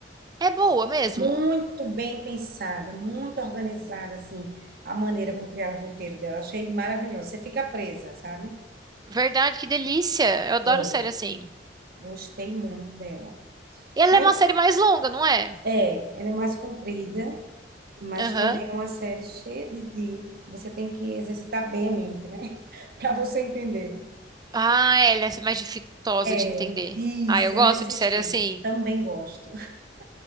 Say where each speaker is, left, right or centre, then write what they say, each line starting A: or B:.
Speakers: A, on the right (about 20°); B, on the right (about 55°).
A: É boa mesmo.
B: muito bem pensada, muito organizada, assim, a maneira como criaram o roteiro dela. Achei maravilhosa. Você fica presa, sabe?
A: Verdade, que delícia. Eu adoro
B: É,
A: série assim.
B: gostei muito dela.
A: E ela
B: Aí,
A: é uma série mais longa, não é?
B: é, ela é mais comprida, mas
A: Aham.
B: também é uma série cheia de, de... Você tem que exercitar bem a mente, né? <laughs> Para você entender.
A: Ah, ela é mais dificultosa
B: É,
A: de entender.
B: isso,
A: Ah, eu gosto
B: é nesse
A: de
B: estilo.
A: série assim.
B: Também gosto. <laughs>